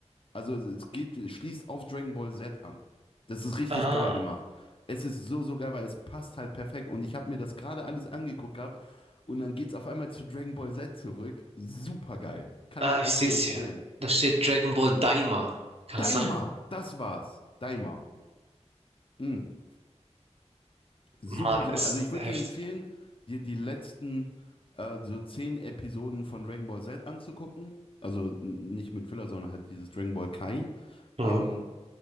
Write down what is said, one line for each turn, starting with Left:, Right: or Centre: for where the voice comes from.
Left: Also es geht, schließt auf Dragon Ball Z an. Das ist richtig
Right: Ah,
Left: geil gemacht. Es ist so, so geil, weil es passt halt perfekt. Und ich habe mir das gerade alles angeguckt gehabt und dann geht's auf einmal zu Dragon Ball Z zurück. Super geil. Kann
Right: ah,
Left: ich
Right: ich
Left: echt
Right: sehe
Left: nur
Right: es
Left: empfehlen.
Right: hier. Da steht Dragon Ball Daima. Kann
Left: Daima,
Right: das sein?
Left: das war's. Daima. Mm. Super,
Right: Mann,
Left: super.
Right: ist
Left: Also ich würde
Right: heftig.
Left: dir empfehlen, dir die letzten äh, so zehn Episoden von Dragon Ball Z anzugucken. Also n- nicht mit Filler, sondern halt dieses Dragon Ball Kai.
Right: Mhm.
Left: Ähm,